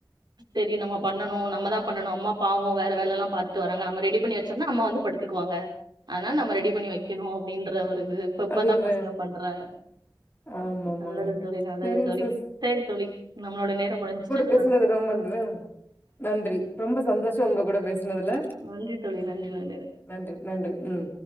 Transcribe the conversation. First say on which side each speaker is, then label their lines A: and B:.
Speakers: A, on the right (about 60°); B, on the left (about 25°).
A: சேரி நம்ம பண்ணணு நம்ம தா பண்ணணு அம்மா பாவோ வேற வேல எல்லா பாத்துட்டு வராங்க நம்ம ரெடி பண்ணி வெச்சோம்னா அம்மா வந்து படுத்துக்குவாங்க அதனால நம்ம ரெடி பண்ணி வெக்கணு அப்டின்ற ஒரு இது இப்ப இப்பதா
B: அது வ
A: பசங்க பண்றாங்க
B: ஆமாமாங்க.
A: நல்லது தோலி, நல்லது
B: சரிங்க
A: தோலி
B: சிஸ்.
A: சேரி தோலி நம்மளோட நேரோ முடிஞ்சிருச்சு
B: இன்னொரு தடவ பண்றே நன்றி ரொம்ப சந்தோஷோ உங்க கூட பேசுனதுல
A: நன்றி தோழி நன்றி நன்றி
B: நன்றி நன்றி ம்